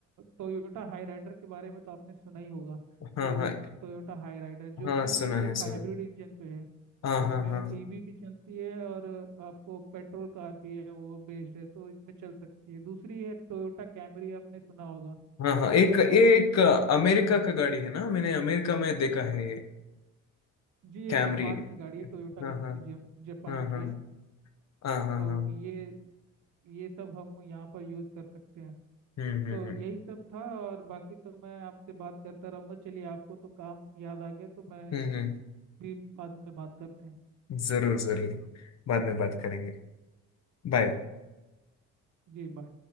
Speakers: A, on the right; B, on the left.
A: टोयोटा हाई राइडर के बारे में तो आपने सुना ही होगा
B: हाँ
A: टोयो
B: हाँ
A: टोयोटा हाई राइडर जो
B: हाँ
A: कि
B: सुना
A: एक
B: है सुना
A: हाइब्रिड
B: है।
A: इंजन पे है
B: हाँ
A: जिसमें
B: हाँ हाँ
A: ईवी भी चलती है और आपको पेट्रोल कार भी है वो बेस्ड है तो इसमें चल सकती है दूसरी है टोयोटा कैमरी आपने सुना होगा
B: हाँ हाँ
A: टोयोटा
B: एक
A: कैमरी
B: ये एक
A: भी
B: अमेरिका
A: है
B: का गाड़ी है ना मैंने अमेरिका में देखा है ये
A: जी ये
B: कैमरी
A: जापान की गाड़ी है टोयोटा
B: हाँ
A: कंपनी
B: हाँ
A: जम- जापान
B: हाँ हाँ
A: की है
B: हाँ हाँ
A: तो
B: हाँ
A: ये ये सब हम यहाँ पर यूज़ कर सकते हैं
B: हम्म हम्म
A: तो
B: हम्म
A: यही सब था और बाकी तो मैं आपसे बात करता रहूँगा चलिए आपको तो काम याद आ गया तो मैं
B: हम्म हम्म
A: भी बाद में बात करते हैं
B: जरूर जरूर बाद में बात करेंगे बाय
A: जी बाय